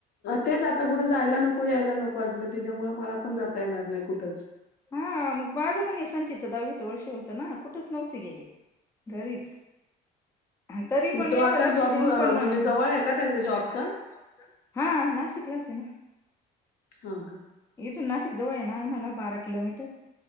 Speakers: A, on the left; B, on the left.
A: तेच आता कुठं जायला नको, यायला नको, अजिबात तिच्यामुळ मला पण जाता येणार नाही, कुठंच
B: हा, मग माझं पण हे सांचित दहावीचं वर्ष होतं ना, कुठंच नव्हती गेले. घरीच, तरी पण
A: तो
B: एवढं
A: आता
B: लक्ष
A: जॉब
B: देऊन
A: अ,
B: पण, म्हणजे
A: जवळ आहे का त्याचा
B: जवळ
A: जॉबचा
B: आहे का त्यांच जॉबच? हा! नाशिकलाच आहे ना.
A: हा, काय
B: इथून नाशिक जवळ आहे ना आम्हाला, बारा किलोमीटर